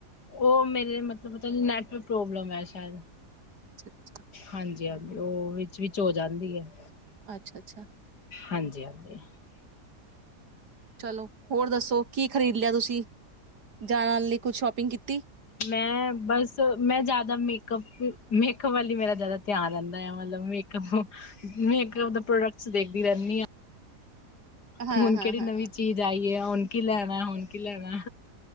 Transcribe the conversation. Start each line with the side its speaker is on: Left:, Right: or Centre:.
Left: ਉਹ ਮੇਰੇ ਮਤਲਬ ਪਤਾ ਨੀ ਨੈਟਵਰਕ ਪ੍ਰੋਬਲਮ ਹੈ ਸ਼ਾਇਦ
Right: ਅੱਛਾ।
Left: ਹਾਂਜੀ-ਹਾਂਜੀ, ਉਹ ਵੀ ਵਿੱਚ ਹੋ ਜਾਂਦੀ ਹੈ।
Right: ਅੱਛਾ-ਅੱਛਾ,
Left: ਹਾਂਜੀ-ਹਾਂਜੀ,
Right: ਚਲੋ ਹੋਰ ਦੱਸੋ ਕੀ ਖ਼ਰੀਦ ਲਿਆ ਤੁਸੀਂ ਜਾਣ ਲਈ ਕੁੱਝ ਸ਼ੋਪਿੰਗ ਕੀਤੀ।
Left: ਮੈਂ ਬਸ ਮੈਂ ਜ਼ਿਆਦਾ ਮੇਕਅਪ-ਮੇਕਅਪ ਵਾਲੀ ਮੇਰਾ ਜਿਆਦਾ ਧਿਆਨ ਰਹਿੰਦਾ ਆ ਮਤਲਬ ਮੇਕਅੱਪ ਮੈਂ ਇੱਕ ਉਹਦਾ ਪ੍ਰੋਡਕਟਸ ਦੇਖਦੀ ਰਹਿੰਨੀ ਆ
Right: ਹਾਂ
Left: ਹੁਣ
Right: ਹਾਂ
Left: ਕਿਹੜੀ
Right: ਹਾਂ।
Left: ਨਵੀਂ ਚੀਜ਼ ਆਈ ਹੈ। ਕੀ ਲੈਣਾ ਹੁਣ ਕੀ ਲੈਣਾ।